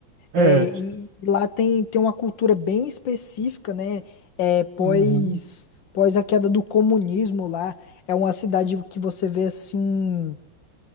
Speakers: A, on the right (about 65°); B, on the left (about 65°).
A: é.
B: É,
A: t-
B: e lá tem, tem uma cultura bem específica, né? É, pós,
A: Uhum,
B: pós a queda do comunismo lá. É uma cidade que você vê assim.